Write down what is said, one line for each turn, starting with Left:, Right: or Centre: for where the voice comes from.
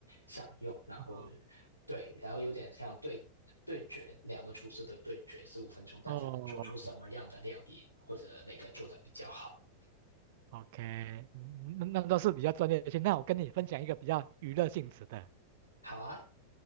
Left: 享用，然后
Right: 哦
Left: 对，然后有点像对对决两个厨师的对决，十五分钟大家能做出什么样的料理，
Right: 哦，
Left: 或者哪个做的比较好。
Right: OK，嗯那那都是比较专业性。那我跟你分享一个比较娱乐性质的。
Left: 好啊，